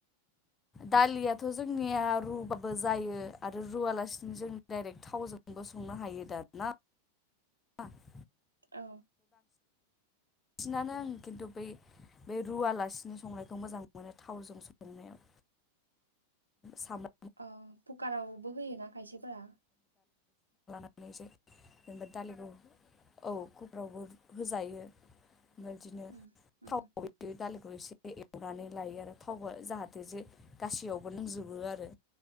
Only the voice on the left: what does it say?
दालियाथ' जोंनिया रुबाबो जायो आरो रुवालासिनो जों डाइरेक्ट थावजोंबो संनो हायो दा ना? <unintelligible>
बांसिनानो आ खिन्थु बै बे रुवालासिनो संनायखौ मोजां मोनो थावजों संनायाव साम'
सै जेनेबा दालिखौ औ खब्रावबो होजायो ओमफ्राय बिदिनो
थाव
दालिखौ एसे एवनानै लायो आरो थाव जाहाथे जे गासैयाव बो लोंजोबो आरो